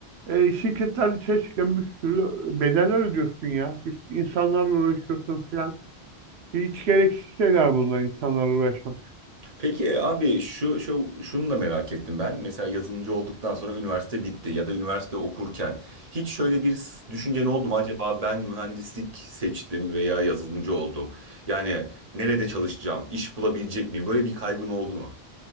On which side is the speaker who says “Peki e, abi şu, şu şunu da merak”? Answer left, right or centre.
Right